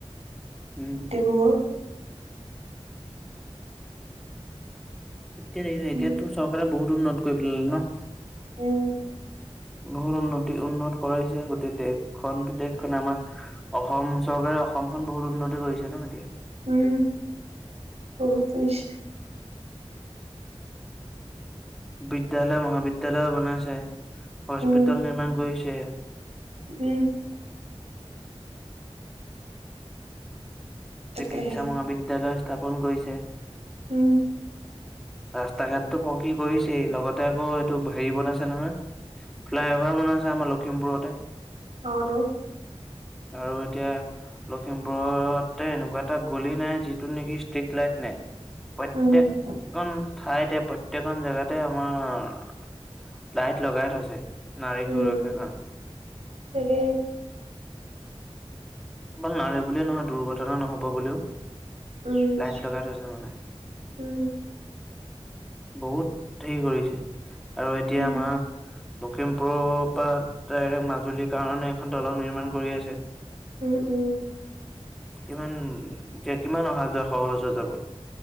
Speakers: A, in the centre; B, on the right.
A: উম,
B: ডিব্ৰুগড়,
A: তেতিয়া নাই
B: উম,
A: এতিয়াতো চৰকাৰে বহুত উন্নত কৰি পেলালে ন।
B: উম
A: বহুত উন্নতি উন্নত কৰাইছে গোটেই দেশখন দেশখনে আমাৰ। অসম চৰকাৰে অসমখন বহুত উন্নতি কৰিছে ন এতিয়া।
B: উম বহুত কৰিছে।
A: বিদ্যয়ালয় মহাবিদ্যালয় বনাইছে হস্পিতেল
B: উম,
A: নিৰ্মাণ কৰিছে।
B: উম তাকেহে।
A: চিকিৎসা মহাবিদ্যালয় স্থাপন কৰিছে।
B: উম
A: ৰাস্তা ঘাটো পৰকি কৰিছেই লগতে আকৌ এইটো হেৰি বনাইছে নহয়। ফ্লাইভাৰ বনাই আছে আমাৰ লখিমপুৰতে।
B: তহতৰো -
A: আৰু এতিয়া। লখিমপুৰতে এনেকুৱা এটা গলি নাই যিটো নেকি ষ্ট্ৰিট লাইট নাই। প্ৰত্যেক
B: উম,
A: খন থাঠয়তে প্ৰ প্ৰত্যয়ে খন জেগাতে আমাৰ লাইট লগাই থৈছে নাৰীৰ
B: উম,
A: সুৰক্ষাৰ কাৰণে-
B: তাকে
A: কিবা নাই বুলিয়ে নহয় দুৰ্ঘটনা নহ'ব বুলিওঁ
B: উম,
A: লাইট লগাই থৈছে মানে।
B: উম,
A: বহুত হেৰি কৰিছে আৰু এতিয়া
B: উম,
A: মাহ, লখিমপুৰৰ, পৰা ডাইৰেক্ট মাজুলীৰ, কাৰণে এখন দলং নিৰ্মাণ কৰি আছে।
B: উম উম,
A: কিমান এতিয়া কিমান অহা যোৱা সহজ যাব।